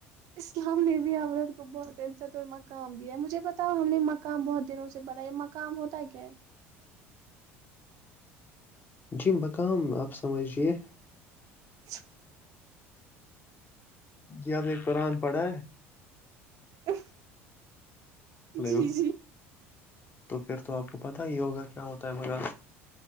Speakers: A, on the right; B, on the left.
A: اسلام نے بھی عرت کو بہت عزت اور مقام دیا ہے مجھے بتاؤ ہم نے مقام بہت دنوں سے بڑھایا ہے مقام ہوتا کیا ہے
B: جی مقام آپ سمجھیے
A: <inaudible>
B: جی آپ ایک قرآن پڑھا ہے
A: ا
B: ہلو
A: جی جی
B: تو پھر تو آپ کو پتا ہی یوگا کیا ہوتا ہے مگرا